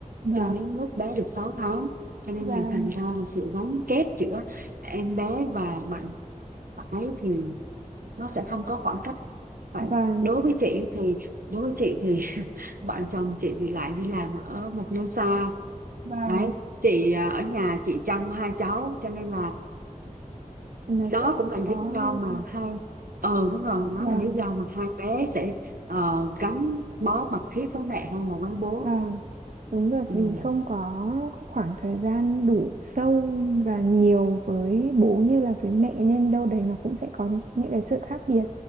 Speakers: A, on the right; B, on the right.
A: và
B: cho đến lúc bé được sáu tháng cho nên
A: và
B: là thành ra là sự gắn kết giữa em bé và bạn phải thì nó sẽ không có khoảng cách phải
A: và
B: đối với chị thì đối với chị thì <laughs> bạn chồng chị thì lại đi làm ở một nơi xa
A: và
B: đấy chị à, ở nhà chị chăm hai cháu cho nên là
A: là sẽ
B: đó cũng là
A: khó
B: lý
A: hơn
B: do mà hai ờ đúng rồi đó
A: và
B: là lý do mà hai bé sẽ ờ, gắn bó mật thiết với mẹ hơn là với bố
A: Ờ, đúng rồi
B: ừ.
A: vì không có khoảng thời gian đủ sâu và nhiều với bố như là với mẹ nên đâu đấy nó cũng sẽ có những cái sự khác biệt.